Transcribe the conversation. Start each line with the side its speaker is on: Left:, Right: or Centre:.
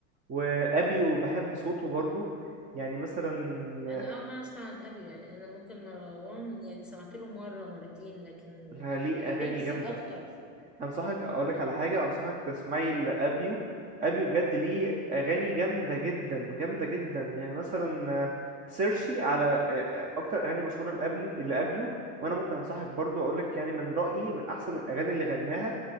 Right: وابيو بحب صوته برضو يعني مثلا
Centre: انا اول مره اسمع عن ابي يعني انا ممكن مروان يعني سمعت له مره مرتين لكن
Right: ليه
Centre: انا
Right: اغاني
Centre: ويجز
Right: جامده
Centre: اكتر
Right: انصحك اقول لك على حاجه انصحك تسمعي لابيو ابيو بجد ليه اغاني جامده جدا جامده جدا يعني مثلا آه، سيرشي على آه، آه، اكتر اغاني مشهوره لابلي لابيو وانا ممكن انصحك برضو اقول لك يعني من رايي من احسن الاغاني اللي غناها